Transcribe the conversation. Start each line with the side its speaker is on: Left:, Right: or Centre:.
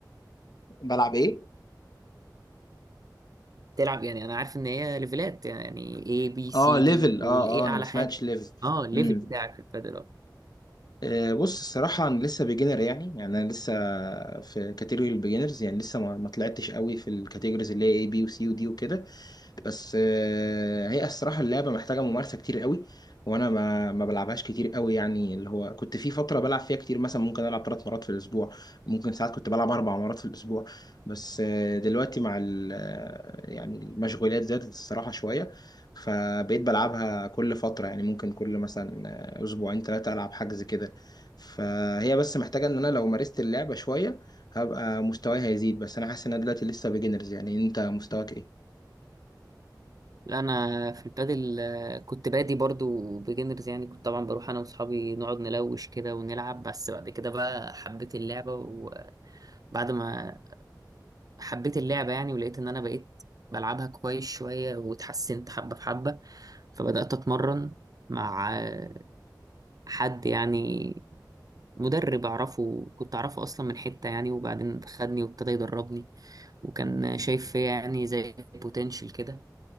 Left: بلعب ايه؟
Right: تلعب يعني انا عارف ان هي ليفلات يعني A B
Left: اه
Right: C
Left: ليفل
Right: D والاي
Left: اه اه انا
Right: اعلى
Left: ما سمعتش
Right: حاجه
Left: ليفل
Right: اه الليفل
Left: امم
Right: بتاعك في البادل اه
Left: آه بص الصراحه انا لسه بيجنر يعني يعني انا لسه في كاتيجوري البيجنرز يعني لسه ما, ما طلعتش قوي في الكاتيجوريز اللي هي اي بي وسي ودي وكده بس آه، هي الصراحه اللعبه محتاجه ممارسه كتير قوي وانا ما ما بلعبهاش كتير قوي يعني اللي هو كنت في فتره بلعب فيها كتير مثلا ممكن العب ثلاث مرات في الاسبوع ممكن ساعات كنت بلعب اربع مرات في الاسبوع بس آه، دلوقتي مع ال- آه، يعني المشغولات زادت الصراحه شويه فبقيت بلعبها كل فتره يعني ممكن كل مثلا آه، اسبوعين ثلاثه العب حجز كده فهي بس محتاجه ان انا لو مارست اللعبه شويه هبقى مستواي هيزيد بس انا حاسس ان انا دلوقتي لسه بيجنرز يعني انت مستواك ايه
Right: لا انا في البادل آه، كنت بادي برضو بيجنرز يعني كنت طبعا بروح انا واصحابي نقعد نلوش كده ونلعب بس بعد كده بقى حبيت اللعبه وبعد ما حبيت اللعبه يعني ولقيت ان انا بقيت بلعبها كويس شويه واتحسنت حبه بحبه فبدات اتمرن مع آه، حد يعني مدرب اعرفه كنت اعرفه اصلا من حتة يعني وبعدين خدني وابتدى يدربني وكان شايف فيا يعني زي بوتنشال كده